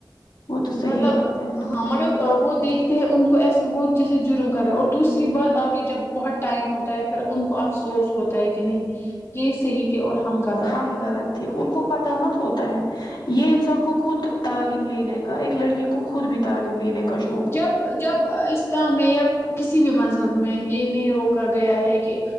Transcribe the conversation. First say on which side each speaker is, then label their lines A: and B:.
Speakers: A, on the left; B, on the left.
A: وہ تو صحیح
B: مطلب
A: بات ہے
B: ہاں مگر وہ دیکھتے ہیں ان کو ایسے وہ جیسے جرم کرے اور دوسری بات آگے جب بہت ٹائم ہوتا ہے پھر ان کو افسوس ہوتا ہے کہ نہیں یہی صحیح اور ہم گاہ
A: ہم غلط تھے ان کو پتا مت ہوتا ہے یہ انسان کو خود تعلیم لینے کا ایک لڑکی کو خود بھی تعلیم لینے کاششو
B: جب جب اس اسلام میں یا کسی بھی مذہب میں یہ نہیں روکا گیا ہے کہ